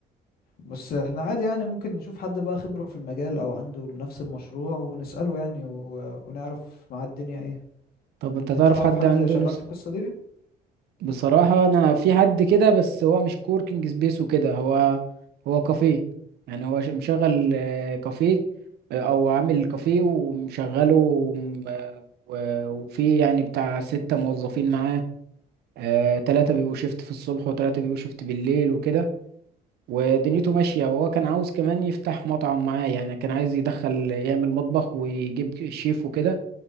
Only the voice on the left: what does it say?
بس احنا عادي يعني ممكن نشوف حد بقى خبرة في المجال او عنده نفس المشروع ونسأله يعني و... ونعرف معاه الدنيا ايه
انت تعرف
حد
شغال
في القصة دي